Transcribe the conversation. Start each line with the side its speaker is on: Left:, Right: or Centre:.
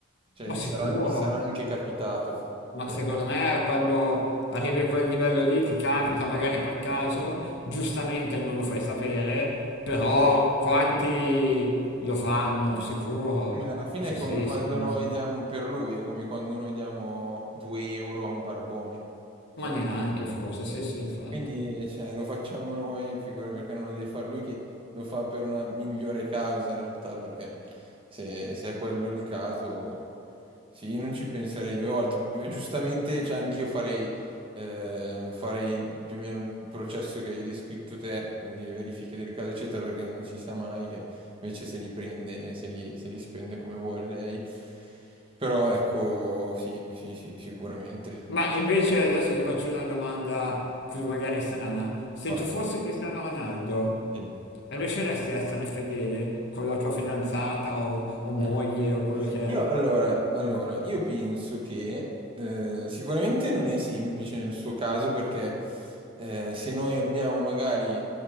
Right: Cioè
Left: Ma
Right: gli
Left: sicuro,
Right: sarà, gli sarà anche capitato.
Left: ma
Right: E
Left: secondo
Right: l'avrà-
Left: me quando arrivi a quel livello lì ti capita magari per caso, giustamente non lo fai sapere, però quanti lo fanno, sicuro.
Right: Eh, Ma alla fine
Left: Sì,
Right: è come
Left: sì,
Right: quando
Left: secondo
Right: noi
Left: me sì.
Right: diamo, per lui, è come quando noi diamo 2 euro a un barbone. Cioè,
Left: Ma neanche forse, sì, sì, infatti.
Right: Quindi cioè, lo facciamo noi, figura perché non lo deve fare lui che lo fa per una migliore causa in realtà, perché se, se è quello il caso, sì, io non ci penserei due volte. P- Giustamente, cioè, anch'io farei, eh, farei il- più o meno il processo che hai descritto te, quindi verifiche del caso eccetera, perché non si sa mai che invece se li prende e se li, se li spende come vuole lei. Però ecco, sì, sì, sì, sicuramente.
Left: Ma invece adesso ti faccio una domanda più magari strana. Se
Right: Vai.
Left: tu fossi Cristiano Ronaldo,
Right: Sì.
Left: riusciresti a essere fedele con la tua fidanzata o, o moglie
Right: <laughs>
Left: o quello che è?
Right: Io allora, allora, io penso che eh, sicuramente non è semplice nel suo caso perché eh, se noi abbiamo magari